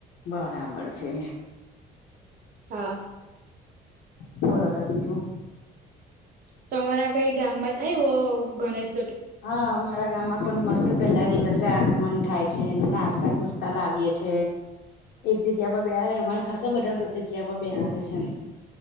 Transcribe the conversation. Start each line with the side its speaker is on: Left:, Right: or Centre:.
Left: બરાબર છે.
Right: હા.
Left: બોલો તો બીજું.
Right: તમારા કઈ ગામમાં થયો ગળેશ
Left: હા અમારા ગામમાં પણ મસ્ત પેલા દિવસે આગમન થાય. નાચતાં કુદતા લાવીએે છે. એક જગ્યા પર બેહાડે અમારે ખાસા બધા જગ્યા <unintelligible> <unintelligible> છે